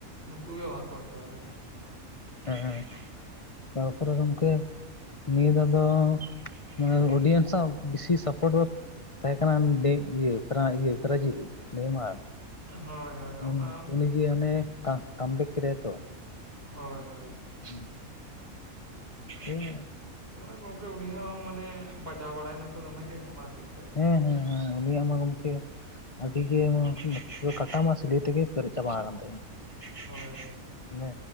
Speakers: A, on the right (about 40°); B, on the left (about 30°).
A: ᱱᱩᱠᱩ ᱜᱮ ᱵᱟᱝ ᱠᱚ ᱦᱟᱛᱟᱣ ᱫᱟᱲᱮ ᱠᱟᱜᱼᱟ᱾
B: ᱦᱮᱸ ᱦᱮᱸ ᱦᱮᱸᱛᱟᱨᱯᱚᱨᱮ ᱜᱚᱝᱠᱮ᱾ ᱱᱤᱭᱟᱹ ᱫᱷᱟᱣ ᱫᱚ ᱢᱟᱱᱮ ᱚᱰᱤᱭᱮᱱᱥ ᱟᱜ ᱵᱮᱥᱤ ᱥᱟᱯᱳᱨᱴ ᱫᱚ ᱛᱟᱦᱮᱸ ᱠᱟᱱᱟ ᱰᱮ ᱤᱭᱟ ᱯᱨᱟᱭ ᱤᱭᱟ ᱵᱨᱟᱡᱤᱞ, ᱱᱮᱭᱢᱟᱨ᱾
A: ᱦᱳᱭ ᱦᱳᱭ
B: ᱩᱱ
A: ᱚᱱᱟ
B: ᱩᱱᱤ ᱡᱮ ᱦᱟᱱᱮ ᱠᱟᱢ ᱵᱮᱠ ᱠᱮᱫᱟᱭ ᱛᱚ᱾
A: ᱦᱳᱭ ᱦᱳᱭ᱾
B: <inaudible> ᱤᱧ
A: ᱟᱫᱚ ᱜᱚᱝᱠᱮ ᱩᱱᱤ ᱦᱚᱸ ᱢᱟᱱᱮ ᱵᱟᱡᱟᱣ ᱵᱟᱲᱟᱭ ᱱᱟᱭ ᱛᱚ ᱫᱚᱢᱮ ᱜᱮ ᱚᱱᱟ ᱠᱷᱟᱹᱛᱤᱨ ᱛᱮ
B: ᱦᱮᱸ ᱦᱮᱸ ᱦᱮᱸ ᱩᱱᱤᱭᱟᱜ ᱢᱟ ᱜᱚᱢᱠᱮ ᱟᱹᱰᱤ ᱜᱮ ᱯᱩᱨᱟᱹ ᱠᱟᱴᱟ ᱢᱟ ᱥᱤᱞᱟᱹᱭ ᱛᱮᱜᱮ ᱯᱮᱨᱮᱡ ᱪᱟᱵᱟ ᱟᱠᱟᱱ ᱛᱟᱭᱟ᱾ <unintelligible>
A: ᱦᱳᱭ ᱦᱳᱭ
B: ᱢᱟᱱᱮ